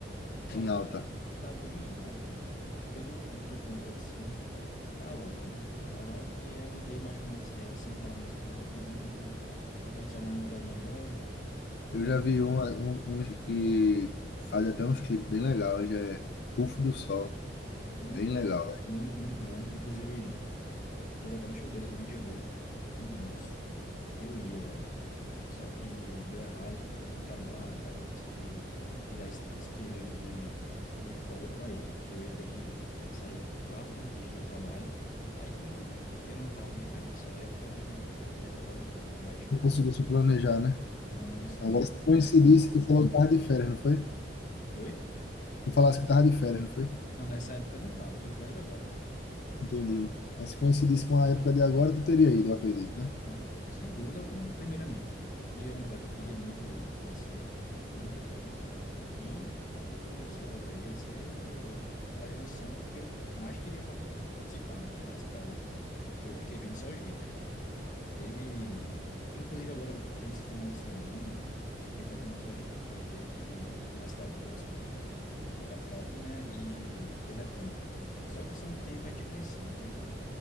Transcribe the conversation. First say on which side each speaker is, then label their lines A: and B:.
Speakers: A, on the left; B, on the left.
A: Pronto,
B: em alta?
A: o que está bem alta, que eu não curto tanto assim, é a Loki, né? A Loki é o DJ mais comercial, assim, daquela música aquele pizinho que o, que o pessoal mais no telinha gosta.
B: Eu
A: É
B: já vi uma, um, uns que faz até uns clipes bem legais, já é Rufo do Sol,
A: muito,
B: bem legal, velho.
A: muito, muito bom. Inclusive, teve até um show deles no Rio de Janeiro, em março, que eu ia, velho. Só que deu errado por conta do meu trabalho, tá, eu não consegui tirar esse, esse período de, de folga para ir, porque eu ia ter que sair quatro dias do meu trabalho. Aí, como não- eu não tava de férias nessa época, aí me atrapalhou tudo, né? mas
B: Não conseguiu se planejar, né?
A: não, não consegui.
B: Agora se coincidisse,
A: É, é-
B: tu falou que tava de férias, não foi?
A: Oi?
B: Tu falasse que tava de férias, não foi?
A: Não, nessa época eu não tava. eu estou de férias agora.
B: Entendi. Aí se coincidisse com a época de agora, tu teria ido, eu acredito,
A: Então,
B: né?
A: pô, sem dúvida alguma. Primeiramente, Rio é um lugar que eu queria muito ir, conhecer, que eu nunca fui. E o Rufo do Sol, velho, ia ser o- a junção que eu mais queria pa- participar, né? Ter participado lá. Eu fiquei vendo só os vídeos. Teve, inclusive agora, esse final de semana, eu vou para uma festinha que vai ter aqui na cidade próxima, na capital aqui, né? E de eletrônica. Só que são um DJ mais desconhecido, né? Eu